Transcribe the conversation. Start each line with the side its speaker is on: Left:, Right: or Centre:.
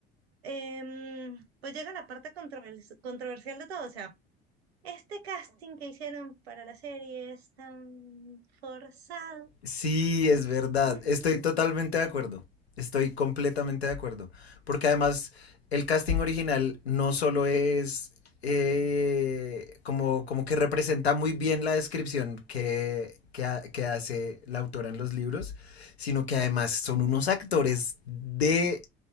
Right: em, pues llega la parte controvers- controversial de todo, o sea, este casting que hicieron para la serie es tan forzado.
Left: Sí, es verdad.
Right: <laughs>
Left: Estoy totalmente de acuerdo. Estoy completamente de acuerdo. Porque además el casting original no solo es eh, como, como que representa muy bien la descripción que, que, ha- que hace la autora en los libros, sino que además son unos actores de